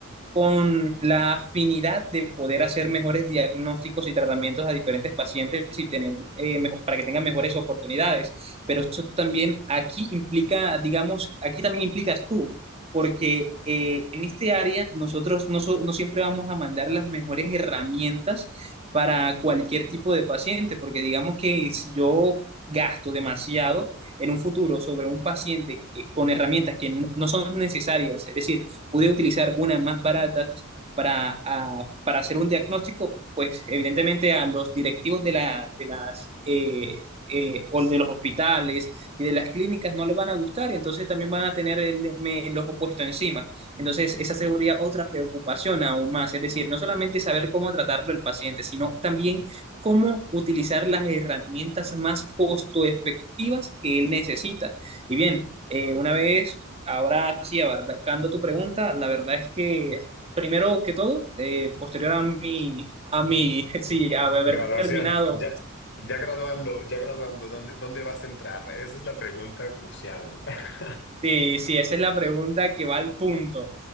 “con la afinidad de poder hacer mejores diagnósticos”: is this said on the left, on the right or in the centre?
Right